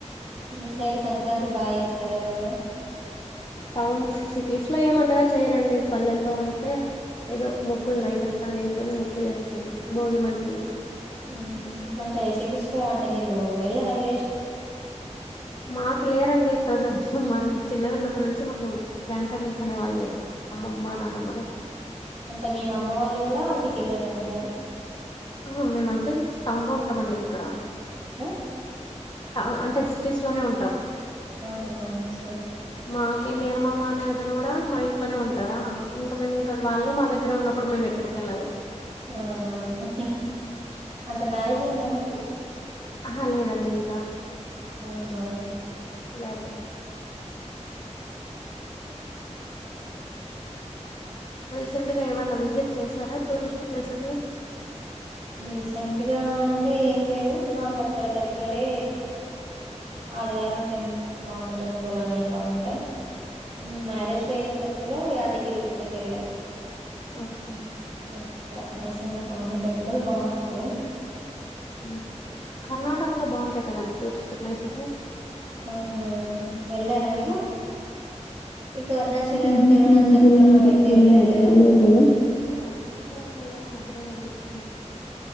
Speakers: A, on the right; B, on the left.
A: మీ సైడ్ సంక్రాంతి బాగా చేస్తారూ ఏమో కదా
B: టౌన్స్ సిటీస్ లో ఏమంతగా చేయరండి పల్లెల్లో అయితే ఏదో ముగ్గులు నైట్ అంతా మేల్కొని ముగ్గులు వేసుకోనీ భోగిమంటలు
A: ఉం అంటే సిటీస్ లో అంటే మీరు వెళ్ళారా విలేజ్
B: మాకు లేరండి ప్రజెంట్ మా చిన్నది ఉన్నప్పటి నుంచి మాకు గ్రాండ్ పేరెంట్స్ అనే వాళ్ళు లేరు అమ్మమ్మ నానమ్మ
A: అంటే మీ అమ్మ వాళ్ళు కూడా సిటీలోనే ఉంటారు
B: ఆహా మేమంతా టౌన్ లో ఉంటామండి ఇక్కడ
A: ఆ
B: అ అంటే సిటీస్ లోనే ఉంటాం
A: ఆహా ఓకే
B: మాకి మేనమామ అనే అతను కూడా మా ఇంట్లోనే ఉంటారా ఇంకా మేం ఇంకడ వాళ్ళూ మా దగ్గర ఉన్నప్పుడు మేము ఎక్కడికి వెళ్ళాలి
A: అవునవును అంటే మ్యారేజ్ అయ్యిందా మీకు
B: ఆహా లేదండి ఇంకా
A: అవునా
B: లేదు లేదు రీసెంట్ గా ఏవన్నా విసిట్ చేశారా టూరిస్ట్ ప్లేసెసు
A: రీసెంట్ గా అంటే ఏం లేవు మాకు అక్కడ దగ్గరే ఆదివార హాసెన్ స్వామి టెంపుల్ అని అట్లా ఉంటాయి ఊ మ్యారేజ్ జైన కొత్తలో యాదగిరిగుట్ట కెళ్ళా
B: ఓకే <inaudible>
A: ఇక్కడ నరసింహస్వామి టెంపుల్ బావుంటాయి
B: ఊ కర్ణాటకలో బావుంటాయి కదండి టూరిస్ట్ ప్లేసెస్
A: అవునా వెళ్ళారా మీరు ఇటు
B: అనంత
A: అరుణాచలం తిరువనంతపురం
B: <inaudible> తిరువనంతపురం
A: అవి ఎటు వెళ్ళలేదా
B: ఎప్పుడూ వెళ్ళలే ఆ అరుణాచలం వెళ్ళాం మధురై అన్నీ చూసోచ్చాము